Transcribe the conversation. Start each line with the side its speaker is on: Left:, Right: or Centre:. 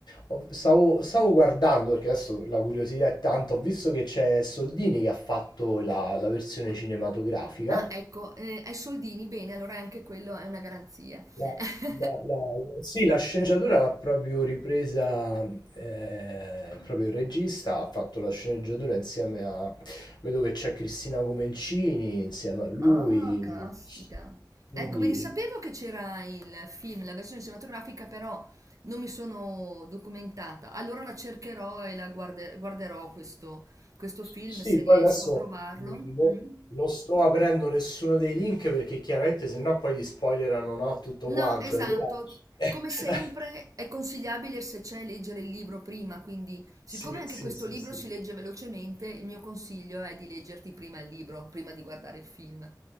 Left: ho stavo stavo guardando, perché adesso la curiosità è tanta, ho visto che c'è Soldini che ha fatto la la versione cinematografica
Right: Ah, ecco, eh, ai soldini, bene, allora anche quello è una garanzia.
Left: La,
Right: <laughs>
Left: la- la- sì, la sceneggiatura l'ha proprio ripresa eh, proprio il regista, ha fatto la sceneggiatura insieme a... vedo che c'è Cristina Comencini insieme a lui,
Right: Ah, caspita.
Left: quindi
Right: Ecco, vedi, sapevo che c'era il film, la versione cinematografica, però non mi sono documentata. Allora la cercherò e la guarde- guarderò questo, questo film
Left: sì,
Right: se
Left: poi
Right: riesco
Left: adesso
Right: a trovarlo.
Left: mh,
Right: Mm.
Left: no- non sto aprendo nessuno dei link perché chiaramente se no poi gli spoilerano no, tutto
Right: No,
Left: quanto,
Right: esatto.
Left: allora <laughs>
Right: Come sempre è consigliabile se c'è leggere il libro prima, quindi siccome
Left: sì,
Right: anche
Left: sì,
Right: questo
Left: sì,
Right: libro
Left: sì.
Right: si legge velocemente, il mio consiglio è di leggerti prima il libro, prima di guardare il film.